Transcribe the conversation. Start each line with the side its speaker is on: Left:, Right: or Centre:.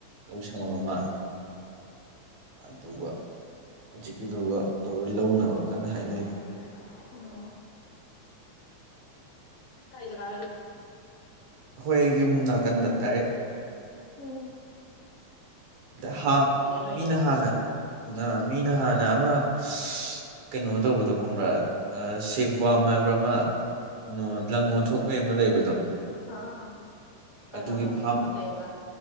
Right: ꯂꯧ ꯁꯪꯉꯝ ꯑꯃ ꯑꯗꯨꯒ ꯍꯧꯖꯤꯛꯀꯤꯗꯨꯒ ꯇꯧꯔ ꯂꯧꯅꯕ ꯀꯟꯅ ꯍꯥꯏꯅꯔꯤ
Left: ꯎꯝ ꯀꯥꯏ ꯖꯒꯥ ꯑꯣꯏꯗꯣꯏꯅꯣ
Right: ꯑꯩꯈꯣꯏ ꯍꯦꯛ ꯌꯨꯝ ꯅꯥꯀꯟꯗ ꯗꯥꯏꯔꯦꯛ
Left: ꯎꯝ
Right: <unintelligible>
Left: ꯑꯣꯏꯅꯤꯅꯦ
Right: ꯃꯤꯅ ꯍꯥꯟꯅ ꯑꯥ ꯃꯤꯅ ꯍꯥꯟꯅ ꯑꯃ ꯁꯁ ꯀꯩꯅꯣ ꯇꯧꯕꯗꯣ ꯈꯪꯕ꯭ꯔꯥ ꯑ ꯁꯦꯛ ꯋꯥꯝ ꯍꯥꯏꯕ꯭ꯔꯥ ꯑꯃ ꯅꯣ ꯂꯪ ꯑꯣꯟꯊꯣꯛꯄꯩ ꯑꯃ ꯂꯩꯕꯗꯣ
Left: ꯑꯥ ꯑꯥ ꯑꯥ ꯀꯩꯅꯣꯗꯣ
Right: ꯑꯗꯨꯒꯤ ꯐꯥꯝ
Left: ꯑ ꯀꯩꯕ